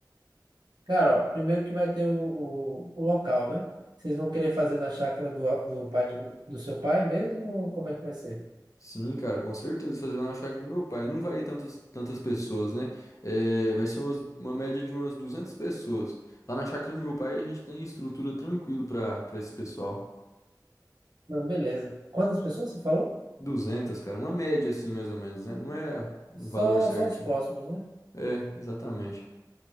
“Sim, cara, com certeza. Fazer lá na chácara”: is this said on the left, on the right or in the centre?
Left